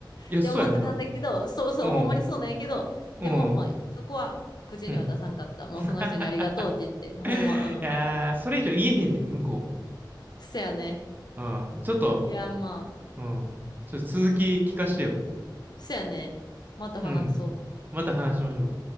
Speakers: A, on the right; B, on the left.
A: いや、
B: て思ってたんだけど、
A: そうやんな。
B: そうそう、
A: うん、
B: ほんまにそうなんやけど、でも、
A: うん、
B: まあ、そこは口には出さんかった。
A: うん。<laughs>
B: もうその人にありがとうって言って、ほんま、
A: いやー、
B: うん。
A: それ以上言えへんで、向こう
B: せやね。
A: も。うん。ちょっと、
B: いや、まあ、
A: うん。ちょっと続き聞かしてよ。
B: どせやね。また話そう。
A: うん。また話しましょう。